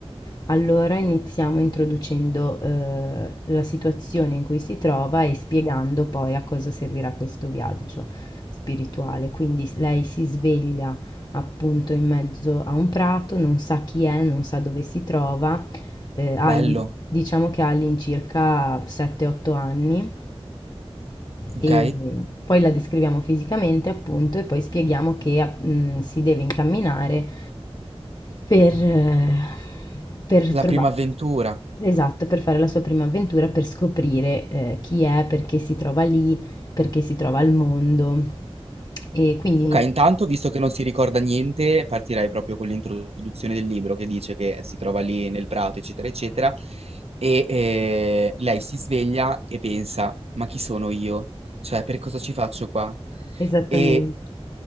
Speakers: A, on the left; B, on the right.
A: allora iniziamo introducendo eh, la situazione in cui si trova e spiegando poi a cosa servirà questo viaggio spirituale. Quindi lei si sveglia appunto in mezzo a un prato, non sa chi è, non sa dove si trova eh, ha-
B: Bello.
A: diciamo che ha all'incirca 7-8 anni
B: Ok,
A: e poi la descriviamo fisicamente appunto e poi spieghiamo che mm, si deve incamminare per, eh, per
B: la
A: trovare,
B: prima avventura.
A: esatto, per fare la sua prima avventura, per scoprire eh, chi è, perché si trova lì, perché si trova al mondo. E quindi, iniz-
B: Ok, intanto, visto che non si ricorda niente, partirei proprio con l'introduzione del libro che dice che si trova lì nel prato, eccetera, eccetera, e eh, lei si sveglia e pensa, ma chi sono io? Cioè, per cosa ci faccio qua?
A: esattamente.
B: E